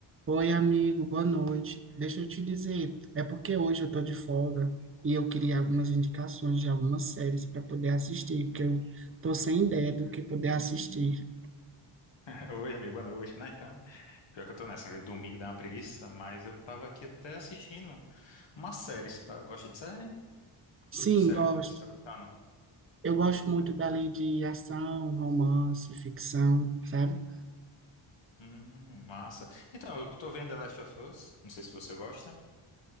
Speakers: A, on the right (about 25°); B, on the left (about 65°).
A: Oi, amigo, boa noite. Deixa eu te dizer, é porque hoje eu tô de folga e eu queria algumas indicações de algumas séries para poder assistir, porque eu tô sem ideia do que poder assistir.
B: <laughs> Oi, amigo, boa noite, né? Então, pior que eu tô nessa, né? domingo dá uma preguiça, mas eu tava aqui até assistindo uma série. Você tá- gosta de série? Que tipo
A: Sim,
B: de série
A: gosto.
B: você tá gostando?
A: Eu gosto muito dali de ação, romance, ficção, sabe?
B: Hum, massa. Então, eu tô vendo The Last of Us, não sei se você gosta.